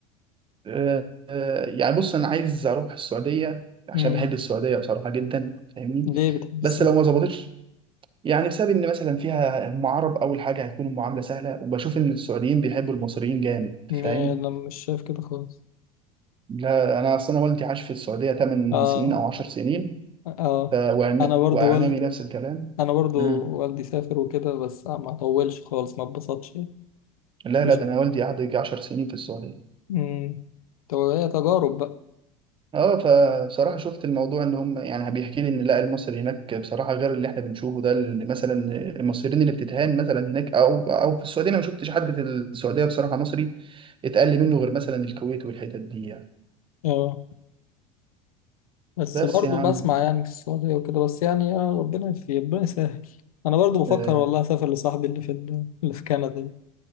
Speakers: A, on the right; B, on the left.
A: آه، آه، يعني بص انا عايز اروح السعوديه عشان
B: مم.
A: بحب السعوديه بصراحه جدا فاهمني
B: ليه بتحب
A: بس
B: السفر
A: لو ما ظبطتش يعني بسبب ان مثلا فيها هم عرب اول حاجه هيكون المعامله سهله وبشوف ان السعوديين بيحبوا المصريين جامد
B: م-
A: فاهم
B: انا مش شايف كده خالص
A: لا انا اصل انا والدي عاش في السعوديه 8
B: اه
A: سنين او 10 سنين
B: اه
A: ف... وعم...
B: انا برضو
A: واعمامي نفس الكلام
B: انا برضو
A: مم.
B: والدي سافر وكده بس ما طولش خالص ما اتبسطش يعني.
A: لا
B: مش
A: لا ده انا والدي قعد يجي 10 سنين في السعوديه
B: امم تو- هي تجارب بقى
A: اه فبصراحه شفت الموضوع ان هم يعني بيحكي لي ان لا المصري هناك بصراحه غير اللي احنا بنشوفه ده اللي مثلا المصريين اللي بتتهان مثلا هناك او او في السعوديه انا ما شفتش حد في السعوديه بصراحه مصري اتقل منه غير مثلا الكويت والحتت دي يعني.
B: اه بس
A: بس
B: برضو
A: يا عم
B: بسمع يعني في السعودية وكده بس يعني يا ربنا يفي ربنا يسهل انا برضو بفكر
A: آه
B: والله اسافر لصاحبي اللي في ال- اللي في كندا دي